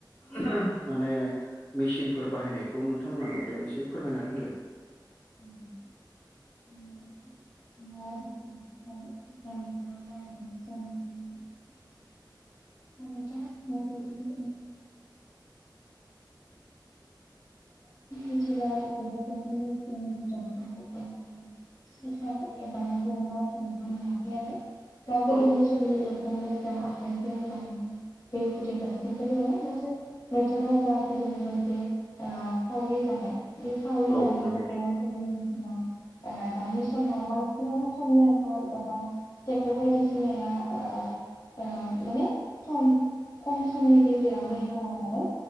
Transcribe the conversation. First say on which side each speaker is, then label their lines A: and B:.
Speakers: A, on the left; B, on the left.
A: ओहो माने मेसिनफोर बाहायनायखौ नोंथांमोनहा नुदों एसे फोरमायनानै होलाय।
B: <unintelligible> <unintelligible> <unintelligible> ओ जोंनि ओनसोलाव बेफोरबायदि <unintelligible> <unintelligible> एबा <unintelligible> मोनाखै आरो दा गोदोनि
A: औ
B: समनि रखम मोजां आखाइ जोंङो दायो बे हुदा दासिमबो दङ। नाथाय नोंथाङा जा बुंबाय जे ओ सावरि जानाय बे सावरि
A: औ
B: जानाय
A: नंगौ
B: हुदाया जोंनि ओनसोलाव
A: <inaudible>
B: ओ दानि समाव बांसिनानो समनि आंखाल एबा ट्रेक्टर बायदिसिनाया ओ ओ माने सम खम समनि गेजेरावनो एवोनालाय